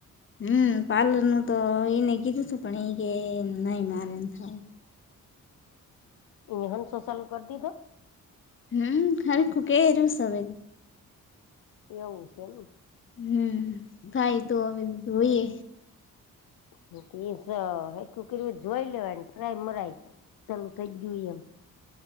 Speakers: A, on the left; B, on the left.
A: હમ પાર્લર નું તો એને કીધું તું પણ એ કે નહી મારે નથી કરવું.
B: અયા <inaudible> ચાલુ કરી દીધો?
A: હમ હલખુ કર્યું સવે
B: એવું છે એમ
A: હમ થાય તો હવે જોઈએ
B: મીન્સ અ હરખું કર્યું તો જોઈ લેવાય ટ્રાય મરાય ચાલુ થઈ જ ગયું એમ